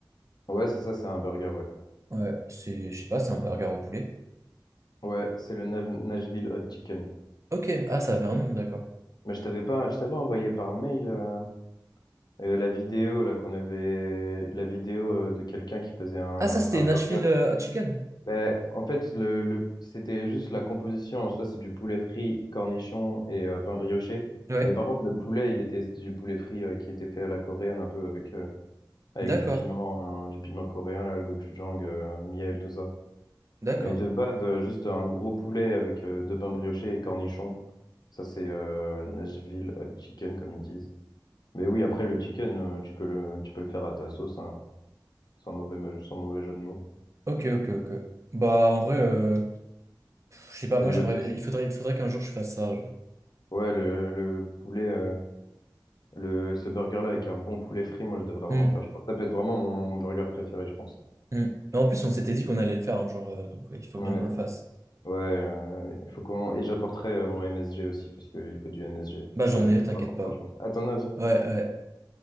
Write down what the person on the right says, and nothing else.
Ouais, c'est, je sais pas, c'est un burger au poulet.
Ok, ah, ça avait un nom, d'accord.
Ah, ça c'était
Nashville euh, Hot Chicken.
Ouais,
d'accord,
d'accord.
Ok, ok, ok. Bah, en vrai, euh, pff, je sais pas,
moi j'aimerais,
il faudrait, il faudrait qu'un jour je fasse ça. genre.
Hum,
hum. Mais En plus, on s'était dit qu'on allait le faire un jour, euh, donc ouais, il faut
bien qu'on le fasse.
Bah,
j'en
ai,
t'inquiète
pas.
Ouais, ouais.